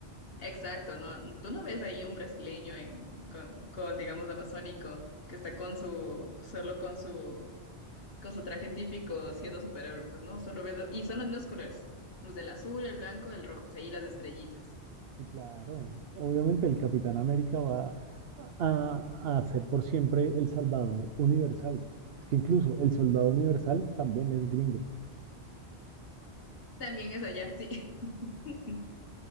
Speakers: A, on the left (about 60°); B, on the right (about 65°).
A: Exacto, no, tú no ves ahí un brasileño en, con, con, digamos, amazónico, que está con su, solo con su con su traje típico siendo superhéroe, pues no, solo ves, do- y son los mismos colores, los del azul, el blanco, el rojo, o sea, y las de estrellitas.
B: Sí, claro. Obviamente el Capitán América va a, a ser por siempre el salvador universal. Es que incluso el soldado universal también es gringo.
A: También es allá, sí. <laughs>